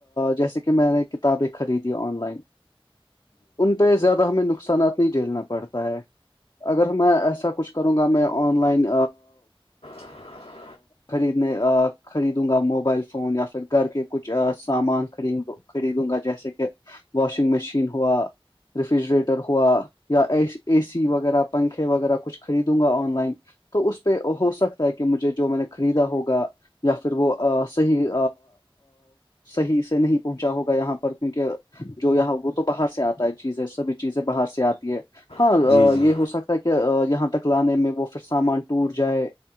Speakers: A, on the left (about 45°); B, on the left (about 80°).
A: جیسے کہ میں نے کتابیں خریدی آن لائن ان پہ زیادہ ہمیں نقصانات نہیں جھیلنا پڑتا ہے اگر میں ایسا کچھ کروں گا میں آن لائن
B: <inaudible>
A: خریدنے خریدوں گا موبائل فون یا پھر گھر کے کچھ سامان خرید خریدوں گا جیسے کہ واشنگ مشین ہوا ریفریجریٹر ہوا یا اے سی وغیرہ پنکھے وغیرہ کچھ خریدوں گا آن لائن تو اس پہ ہو سکتا ہے کہ مجھے جو میں نے خریدا ہوگا یا پھر وہ صحیح صحیح سے نہیں پہنچا ہوگا یہاں پر کیونکہ جو یہاں وہ تو باہر سے آتا چیزیں سبھی چیزیں باہر سے آتی ہے ہاں
B: جی جی جی
A: یہ ہو سکتا ہے کہ یہاں تک لانے میں وہ پھر سامان ٹوٹ جائے